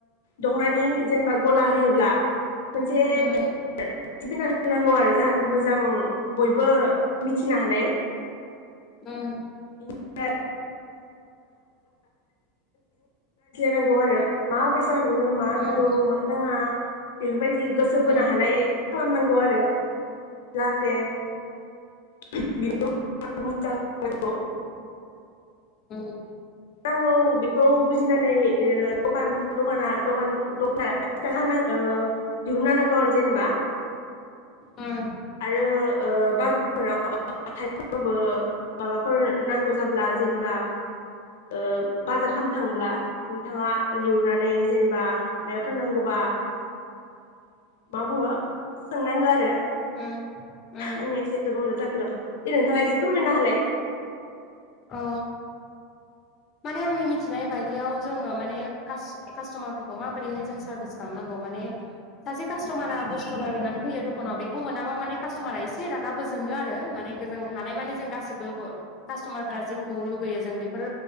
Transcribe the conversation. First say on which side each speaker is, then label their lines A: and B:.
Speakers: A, on the left; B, on the left.
A: दखनानि जेनेबा गला होयोब्ला मोनसे
B: उम
A: <unintelligible> होनांगौ आरो। जाहाथे मोजां बयबो मिथिनो हानाय।
B: उम
A: <unintelligible> नांगौ आरो माबसा नोंनो मा
B: उम
A: नांगौ मा नाङा बेफोरबायदि गोसो बोनो
B: उम
A: हानाय खालामनांगौ आरो। <unintelligible>
B: औ।
A: नांगौ बेखौ बुजिनानै ओ दखान दखाना दखान दखाना खिन्था होना ओ दिहुनना होनांगौ आरो जेनेबा।
B: उम।
A: आरो ओ बाजारफोराव <unintelligible> रावबो माबाफोर नांगौ जाब्ला जेनेबा ओ बाजार खालामनो थांब्ला नोंथाङा <unintelligible> नानै जेनेबा माफोर नांगौबा <inaudible> मा बुङो सोंनांगौ आरो।
B: उम उम
A: आंनि आ एसे <unintelligible> जादों र दे नोंथांआ एसे फोरमायना होलाय।
B: औ। माने आंनि मिथिनाय बायदियाव जोङो माने खास- कास्टमारफोरखौ माबोरैहाय जों सार्भिस खालामनांगौ माने ने सासे कास्टमारा बुस्थु नागिरनानै फैयो दखानाव बेखौ मोनाबा माने कास्टमारा एसे रागाबो जोङोआ रो माने जों हानाय मानि गसिबो कास्तमारफ्रा जेखौ लुगैयो जों बे फोर